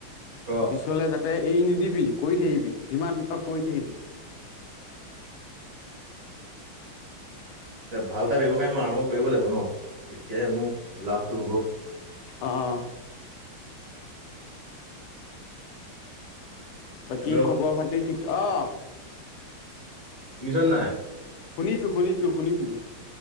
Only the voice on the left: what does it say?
পিছলে যাতে এই নিদিবি কৰি থাকিবি যিমান পাৰ কৰি থাকিবি।
আহ। বাকী
খবৰ খাতি ঠিক অ,
শুনিছো, শুনিছো, শুনিছো।